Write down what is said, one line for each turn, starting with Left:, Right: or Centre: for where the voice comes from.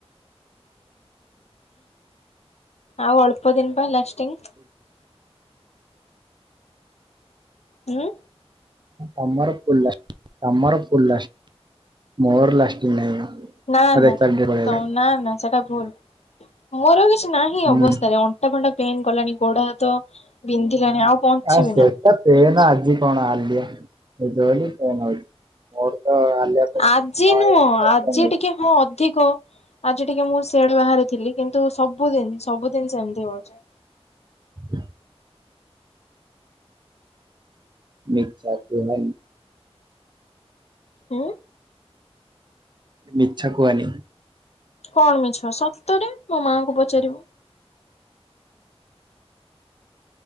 Left: ଆଉ ଅଳ୍ପ ଦିନ ପାଇଁ ଲାଷ୍ଟିଂ ହୁଁ
Right: ତମର ଫୁଲା ତମର ଫୁଲା ମୋର ଲାଷ୍ଟିଂ ନାହିଁ ମ।
Left: ନା
Right: ମୋର
Left: ନା
Right: ଏକାଡେମୀ ରେ ପଳେଇଆଇଲାଣି
Left: ତ ନା ନା ସେଟା ଭୁଲ ମୋର କିଛି ନାହିଁ
Right: ହୁଁ
Left: ଅବସ୍ଥାରେ ଅ ଅଣ୍ଟା ଫଣ୍ଟା ପେନ୍ କଲାଣି ଗୋଡ଼ ହାତ ବିନ୍ଧିଲାଣି ଆଉ ବଞ୍ଚିବି
Right: ଆ ସେଟା
Left: ନା।
Right: ପେନ୍ ଆଜି କଣ ଆଡିଆ ନଉଛ ବୋଲି ପେନ ହଉଛି ମୋର। ତ ଆଲିଆ ପେନ୍ ନ
Left: ଆଜି
Right: ହେଇଛି
Left: ନୁହଁ
Right: ତାର
Left: ଆଜି
Right: ପେନ୍ ହେଇଛି।
Left: ଟିକେ ହଁ ଅଧିକ ଆଜି ଟିକେ ମୁଁ ସେଆଡେ ବାହାରିଥିଲି, କିନ୍ତୁ ସବୁଦିନ ସବୁଦିନ ସେମିତି ହଉଛି।
Right: ହଁ ମିଚାକୁ ନାହିଁ।
Left: ହଁ
Right: ମିଛ କୁହନି।
Left: କଣ ମିଛ ସତରେ ମୋ ମାଆଙ୍କୁ ପଚାରିବୁ।